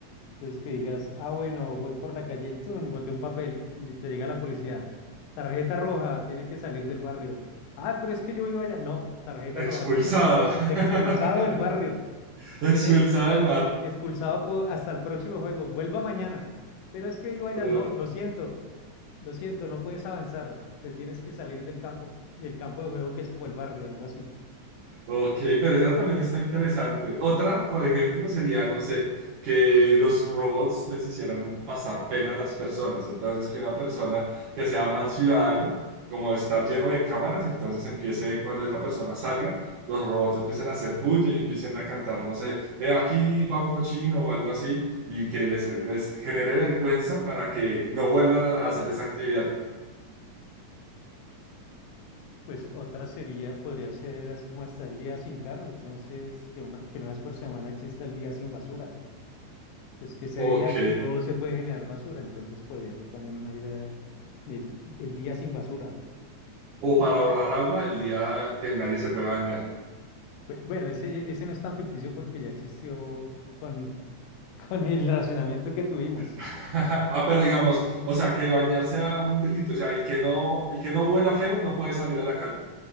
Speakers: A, on the left; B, on the right.
A: Entonces que digas, ah, bueno, voy por la calle y tun, boté un papel y te llega la policía. Tarjeta roja, tiene que salir del barrio. Ah, pero es que yo vivo allá. No, tarjeta
B: Expulsado.
A: roja, lo siento. Expulsado
B: <laughs>
A: del barrio.
B: Expulsado
A: Tiene
B: del
A: expulsado po- hasta el próximo juego. Vuelva mañana. Pero es que vivo allá.
B: barrio.
A: No, lo siento, lo siento, no puedes avanzar. Te tienes que salir del campo, del campo de juego que es como el barrio, algo así.
B: Ok, pero esa también está interesante. Otra, por ejemplo, sería, no sé, que los robots les hicieran pasar pena a las personas. Entonces, que una persona que sea mal ciudadano, como está lleno de cámaras, entonces empiece cuando esa persona salga, los robots empiecen a hacer bulla y empiecen a cantar, no sé, "Eh, aquí va un cochino o algo así, y que les, les genere vergüenza para que no vuelvan a hacer esa actividad.
A: Pues otra sería, podría ser así como está el día sin carro, entonces que una, que una vez por semana exista el día sin basura. Entonces que ese
B: Ok.
A: día no se puede generar basura, entonces podría ser también una idea de, de el día sin basura.
B: O para ahorrar agua el día que nadie se pueda bañar.
A: Bue- Bueno, ese, ese no es tan ficticio porque ya existió con, <laughs> con el racionamiento que tuvimos.
B: <laughs> Ah, pero digamos, o sea, que bañarse sea un delito, o sea, el que no, el que no huela feo no puede salir a la calle.